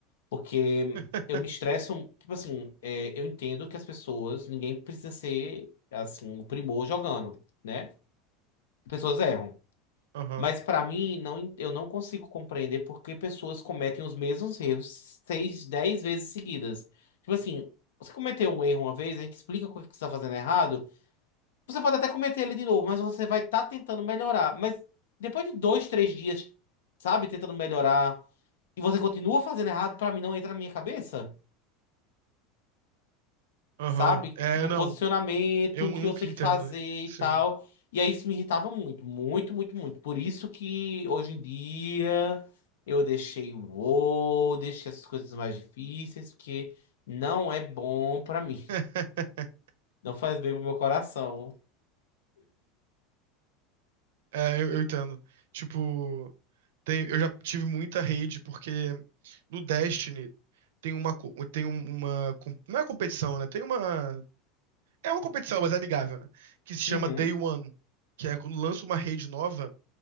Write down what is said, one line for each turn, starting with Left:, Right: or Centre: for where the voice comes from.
Left: Porque
Right: <laughs>
Left: eu me estresso. Tipo assim, é, eu entendo que as pessoas, ninguém precisa ser assim, o primor jogando, né? Pessoas erram.
Right: Aham,
Left: Mas para mim, não, eu não consigo compreender por que pessoas cometem os mesmos erros seis, dez vezes seguidas. Tipo assim, você cometeu um erro uma vez, a gente explica o que você está fazendo errado. Você pode até cometer ele de novo, mas você vai estar tentando melhorar. Mas depois de dois, três dias, sabe, tentando melhorar, e você continua fazendo errado, para mim não entra na minha cabeça.
Right: aham.
Left: sabe?
Right: É,
Left: Tipo,
Right: não,
Left: posicionamento,
Right: eu nunca
Left: o que você tem
Right: entendo.
Left: que fazer e
Right: Sim.
Left: tal. E aí isso me irritava muito, muito, muito, muito. Por isso que hoje em dia eu deixei o WoW, deixei essas coisas mais difíceis, porque não é bom pra mim.
Right: <laughs>
Left: Não faz bem pro meu coração.
Right: É, eu, eu entendo. Tipo, tem, eu já tive muita rede, porque no Destiny tem uma, co- tem um- uma. com- Não é competição, né? Tem uma. É uma competição, mas é amigável, né? Que se chama
Left: Uhum,
Right: Day One. Que é quando lança uma rede nova,